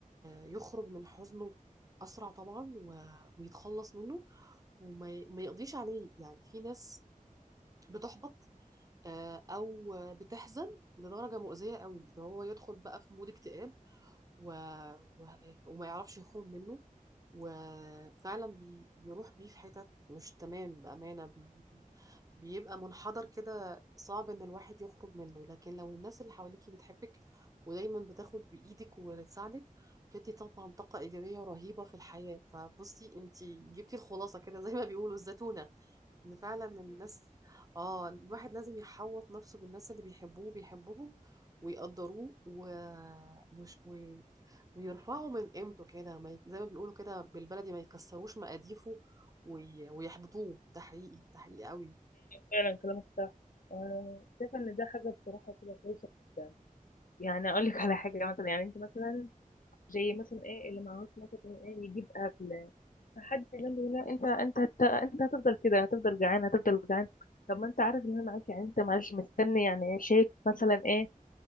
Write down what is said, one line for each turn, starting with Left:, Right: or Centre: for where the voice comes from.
Right: يخرج من حزنه أسرع طبعا و- ويتخلص منه وما ي- ما يقضيش عليه يعني في ناس بتحبط آه، أو بتحزن لدرجة مؤذية قوي اللي هو يدخل بقى في مود اكتئاب و... و... وما يعرفش يخرج منه وفعلا بي... بيروح بيه في حتت مش تمام بأمانة بي... بي... بيبقى منحدر كده صعب إن الواحد يخرج منه لكن لو الناس اللي حواليكي بتحبك ودايما بتاخد بإيدك وتساعدك بتدي طبعا طاقة إيجابية رهيبة في الحياة فبصي انتي جبتي الخلاصة كده زي ما بيقولوا الزتونة ان فعلا الناس اه الواحد لازم يحوط نفسه بالناس اللي بيحبوه وبيحبهم ويقدروه و... وش... و... ويرفعوا من قيمته كده ما ي... زي ما بيقولوا كده بالبلدي ما يكسروش مقاديفه وي... ويحبطوه ده حقيقي ده حقيقي قوي
Left: فعلا كلامك صح آه، شايفة ان ده حاجة بصراحة كده كويسة جدا يعني اقول لك على حاجة مثلا يعني انت مثلا زي مثلا ايه اللي معهوش مثلا ايه يجيب اكل فحد جنبه يقول له انت انت هت- انت هتفضل كده هتفضل جعان هتفضل جعان طب ما انت عارف ان انا معاك يعني انت معلش مستني يعني شايف مثلا ايه